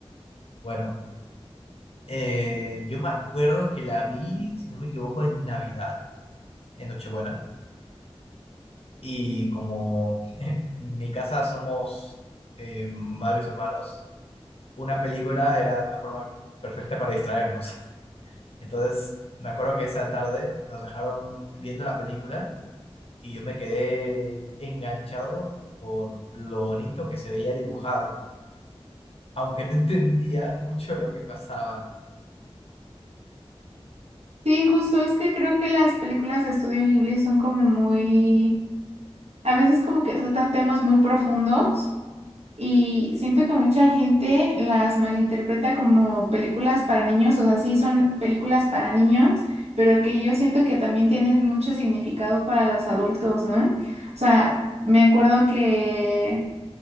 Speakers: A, on the left; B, on the right.
A: Bueno. Eh, yo me acuerdo que la vi, si no me equivoco, en Navidad, en Nochebuena, y como <laughs> en mi casa somos eh, varios hermanos, una película era una forma perfecta para distraernos. <laughs> Entonces, me acuerdo que esa tarde nos dejaron viendo la película y yo me quedé enganchado por lo bonito que se veía dibujado, aunque no <laughs> entendía mucho lo que pasaba.
B: Sí, justo es que creo que las películas de Estudio Ghibli son como muy... A veces como que tratan temas muy profundos. Y siento que mucha gente las malinterpreta como películas para niños, o sea, sí son películas para niños, pero que yo siento que también tienen mucho significado para los adultos, ¿no? O sea, me acuerdo que